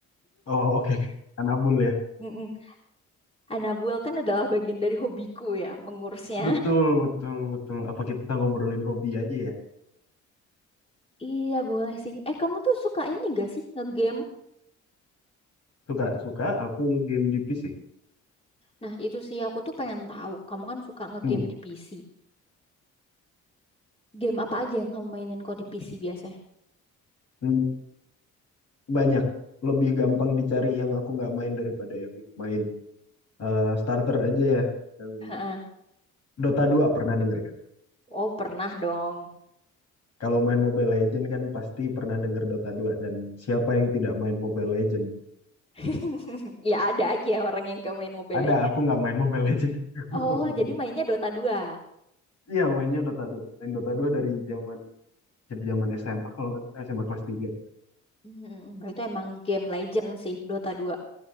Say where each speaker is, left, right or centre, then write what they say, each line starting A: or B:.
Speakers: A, on the left (about 60°); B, on the left (about 20°).
A: Oh, oke. Anabul ya.
B: Mm-mm. Anabuel kan adalah bagian dari hobiku ya, mengurusnya.
A: Betul, betul, betul. Apa kita ngobrolin hobi aja ya?
B: Iya boleh sih. Eh kamu tuh suka ini gak sih ngegame?
A: Suka, suka. Aku game di PC.
B: Nah itu sih aku tuh pengen tahu. Kamu kan suka ngegame
A: Hmm.
B: di PC. Game apa aja yang kamu mainin kok di PC biasanya?
A: Hmm. Banyak. Lebih gampang dicari yang aku nggak main daripada yang main eh, starter aja ya. Yang
B: Heeh.
A: Dota 2 pernah denger kan?
B: Oh, pernah dong.
A: Kalau main Mobile Legend kan pasti pernah denger Dota 2. Dan siapa yang tidak main Mobile Legend?
B: <laughs> Ya ada aja orang yang gak main Mobile
A: Ada,
B: Legends.
A: aku nggak main Mobile Legend. <laughs> Aku
B: Oh,
A: nggak main
B: jadi
A: Mobile
B: mainnya
A: Legend.
B: Dota 2.
A: Iya mainnya Dota 2. Main Dota 2 dari zaman jadi zaman SMA kalau nggak salah SMA kelas tiga.
B: Hmm, itu emang game legend sih, Dota 2.